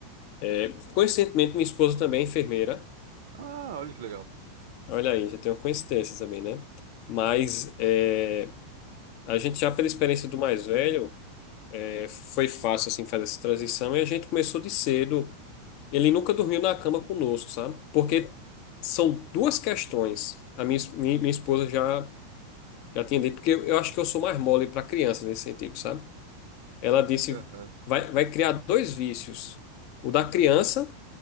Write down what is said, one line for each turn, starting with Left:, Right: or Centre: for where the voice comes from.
Left: é, coincidentemente, minha esposa também é enfermeira.
Right: Ah, olha que legal.
Left: Olha aí, já tem uma coincidência também, né? Mas é, a gente já pela experiência do mais velho, é, foi fácil assim fazer essa transição e a gente começou de cedo. Ele nunca dormiu na cama conosco, sabe? Porque são duas questões. A minha, es- minha, minha esposa já já tinha dito, porque eu, eu acho que eu sou mais mole para criança nesse sentido, sabe? Ela disse:
Right: Aham.
Left: vai, vai criar dois vícios. O da criança,